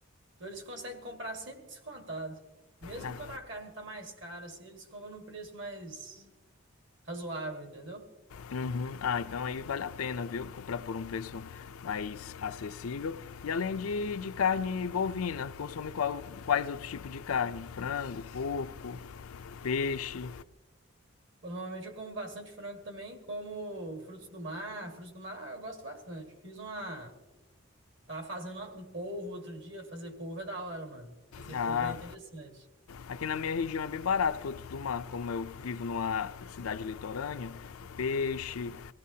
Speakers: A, on the right (about 55°); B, on the left (about 80°).
A: Então eles conseguem comprar sempre descontado. Mesmo
B: Ah,
A: quando a carne tá mais cara, assim, eles compram num preço mais razoável, entendeu?
B: Uhum. Ah, então aí vale a pena, viu? Comprar por um preço mais acessível. E além de, de carne bovina, consome qual- quais outros tipos de carne? Frango, porco, peixe.
A: Pô, Normalmente eu como bastante frango também, como frutos do mar. Frutos do mar eu gosto bastante. Fiz uma. Tava fazendo uma- um polvo outro dia. Fazer polvo é da hora, mano. Fazer
B: Ah,
A: polvo é interessante.
B: Aqui na minha região é bem barato frutos do mar, como eu vivo numa cidade litorânea, peixe,